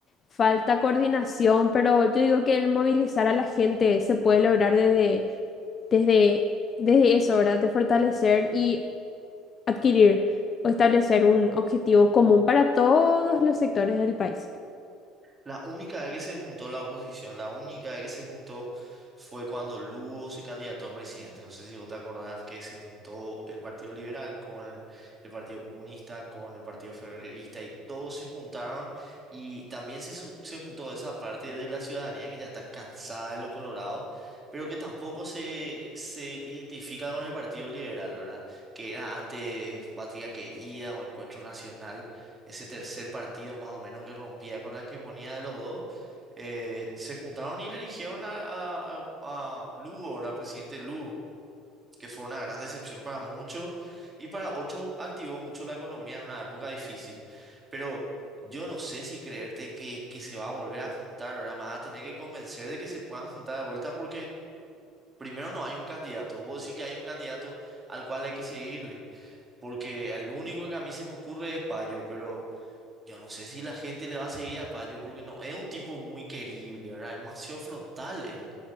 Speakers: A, on the left (about 30°); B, on the right (about 15°).
A: falta coordinación, pero yo digo que el movilizar a la gente se puede lograr desde, desde, desde eso, ¿verdad? De fortalecer y adquirir o establecer un objetivo común para todos los sectores del país.
B: La única vez que se juntó la oposición, la única vez que se juntó fue cuando Lugo se candidató a presidente. No sé si vos te acordás que se juntó el Partido Liberal con el, el Partido Comunista, con el Partido Febrerista y todos se juntaron y también se, su- se juntó esa parte de la ciudadanía que ya está cansada de los colorados, pero que tampoco se, se identifica con el Partido Liberal, ¿verdad? Que era antes Patria Querida o Encuentro Nacional ese tercer partido más o menos que rompía con la hegemonía de los dos, eh, se juntaron y le eligieron a, a, a- a Lugo, ahora presidente Lugo, que fue una gran decepción para muchos y para otros activó mucho la economía en una época difícil. Pero yo no sé si creerte que, que se va a volver a juntar, ahora más a tener que convencer de que se puedan juntar de vuelta porque... Primero no hay un candidato, vos sí que hay un candidato al cual hay que seguirle, porque el único que a mí se me ocurre es Payo, pero yo no sé si la gente le va a seguir a Payo porque no es un tipo muy querible, ¿verdad? Es demasiado frontal él.